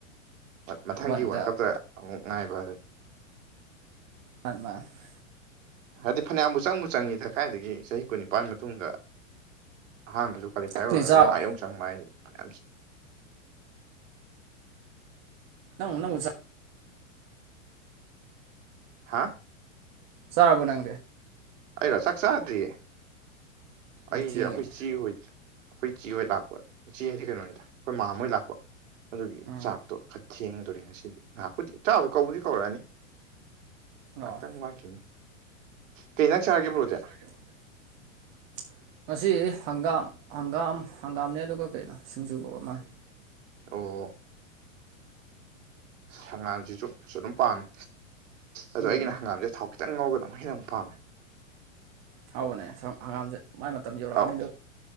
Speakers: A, on the right; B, on the right.
A: ꯃꯊꯪꯒꯤ
B: ꯑꯃꯗ
A: ꯋꯥꯀꯞꯇ ꯑꯃꯨꯛ ꯉꯥꯏꯕ ꯑꯗꯨꯅꯤ
B: ꯃꯥ ꯃꯥ <inaudible>
A: ꯍꯥꯏꯗꯤ ꯐꯅꯌꯥꯝꯕꯨ ꯆꯪꯕꯨ ꯆꯪꯏꯗ ꯀꯥꯏꯗꯒꯤ ꯆꯍꯤ ꯀꯨꯟꯅꯤꯄꯥꯟ ꯃꯇꯨꯡꯗ ꯑꯍꯥꯟꯕꯁꯨ ꯀ꯭ꯋꯥꯂꯤꯐꯥꯏ
B: ꯅꯪꯗꯤ
A: ꯑꯣꯏꯔꯒ
B: ꯆꯥꯔꯕꯣ
A: ꯑꯥ ꯌꯧꯅ ꯆꯪꯕ ꯍꯥꯏꯗꯨꯅꯤ ꯐꯅꯌꯥꯝ
B: ꯅꯪ ꯎ ꯅꯪ
A: ꯍꯥ
B: ꯆꯥꯕꯔꯅꯪꯗꯤ
A: ꯑꯩꯔꯣ ꯆꯥꯛ ꯆꯥꯗ꯭ꯔꯤꯌꯦ ꯑꯩꯁꯦ
B: ꯑ ꯊꯦꯡꯉꯦꯅꯦ
A: ꯑꯩꯈꯣꯏ ꯆꯦ ꯍꯣꯏꯗ꯭ꯔꯦ ꯑꯩꯈꯣꯏ ꯏꯆꯦ ꯍꯣꯏ ꯂꯥꯛꯄ ꯏꯆꯦ ꯍꯥꯏꯗꯤ ꯀꯩꯅꯣꯅꯤꯗ ꯑꯩꯈꯣꯏ ꯃꯥꯝꯃ ꯍ ꯣꯏ ꯂꯥꯛꯄ ꯑꯗꯨꯒꯤ
B: ꯎꯝ
A: ꯆꯥꯛꯇꯣ ꯈꯔ ꯊꯦꯡꯗꯣꯔꯦ ꯉꯁꯤꯗꯤ ꯅꯍꯥꯛꯄꯨꯗꯤ ꯆꯥꯕ ꯀꯧꯕꯨꯗꯤ ꯀꯧꯔꯛꯑꯅꯤ ꯉꯍꯥꯛꯇꯪ
B: ꯑꯣ
A: ꯋꯥꯠꯈꯤꯅꯤ ꯀꯩ ꯏꯟꯁꯥꯡ ꯆꯥꯔꯒꯦ
B: ꯀꯩ
A: ꯕ꯭ꯔꯣꯗꯤ
B: ꯏꯟꯁꯥꯡ ꯆꯥꯔꯒꯦ ꯕꯔꯣꯗꯤ ꯉꯁꯤ ꯍꯪꯒꯥꯝ ꯍꯪꯒꯥꯝ ꯍꯪꯒꯥꯝꯅꯦ ꯑꯗꯨꯒ ꯀꯩꯅꯣ ꯁꯤꯡꯖꯨꯒ ꯑꯣꯏꯔꯃꯅꯦ
A: ꯑꯣ ꯍꯪꯒꯥꯝꯁꯤꯁꯨ ꯑꯗꯨꯝ ꯄꯥꯝꯃꯦ ꯑꯗꯣ
B: ꯎꯝ
A: ꯑꯩꯒꯤꯅ ꯍꯪꯒꯥꯝꯁꯦ ꯊꯥꯎ ꯈꯤꯠ ꯈꯤꯇꯪ ꯉꯧꯒꯗꯅ ꯑꯃꯨꯛ ꯍꯦꯟꯅ ꯑꯃꯨꯛ ꯄꯥꯝꯃꯦ
B: ꯍꯥꯎꯕꯅꯦ ꯍꯪꯒꯥꯝꯁꯦ ꯃꯥꯏ ꯃꯇꯝ ꯌꯧꯔꯛꯑꯅꯤ
A: ꯑꯧ
B: ꯑꯗꯨ